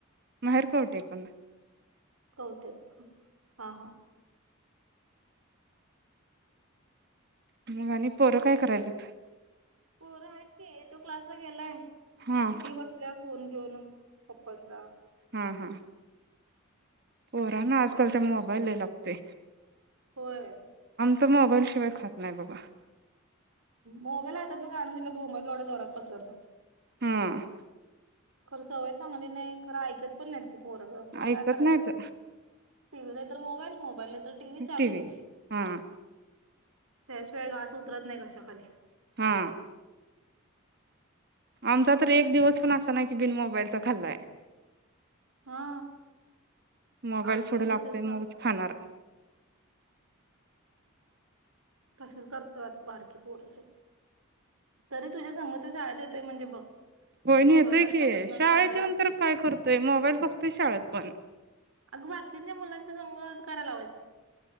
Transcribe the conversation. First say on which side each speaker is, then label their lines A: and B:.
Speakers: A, on the right; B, on the right.
A: महेर कवटे एकंत.
B: कौठेच हा हा.
A: मग आणि पोरं काय करायल्यात.
B: पोरं आहेत की, एक तो क्लास ला गेलाय. ती
A: हा
B: बसल्या फोन घेऊन पप्पांचा.
A: हा हा. पोरा ना आजकालचा मोबाईल हे लागतोय.
B: होय.
A: त मोबाईल शिवाय खात नाही बघा.
B: मोबाईल हातात म का आणून दिलं भोंग केवढ्या जोरात पसरतात.
A: हम्म्म.
B: खर सवय चांगली नाही खरं ऐकत पण नाही पोरग खर
A: ऐकत
B: काय करायच?
A: नाहीत
B: टी. वी नाही तर मोबाईल म मोबाईल नाहीतर तर टी व्ही चालूच.
A: टीव्ही हा
B: त्याशिवाय घास उतरत नाही कशा खाली.
A: हा, आमचा तर एक दिवस पण आसा नाही कि बिन मोबाईलचा खाल्लाय.
B: हा
A: मोबाईल
B: आमचे
A: पुढं
B: पण
A: लागतोय
B: तसेच कर
A: मगच खाणार
B: तसेच करत्यात बारकी पोर सगळ तरी तुझ्या सग तो शाळेत येतोय म्हणजे बघ.
A: होय नेतोय
B: वळन आतापासूनच
A: की शाळेत
B: चांगले
A: येऊन
B: लागतय.
A: तर काय करतोय मोबाईल बघतोय शाळेत पण
B: अग बाकीच्या मुलां <unintelligible> कराय लावायचा.